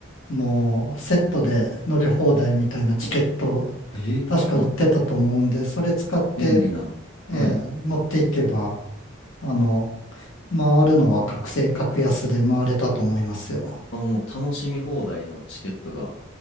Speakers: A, on the left (about 80°); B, on the left (about 60°).
A: もう、セットで乗り放題みたいなチケット、
B: えあ、
A: 確か売ってたと思うんで、それ使って、
B: 便利な。
A: ええ、
B: はい。
A: 持っていけば、あの、回るのは覚醒格安で回れたと思いますよ。
B: あ、もう楽しみ放題のチケットが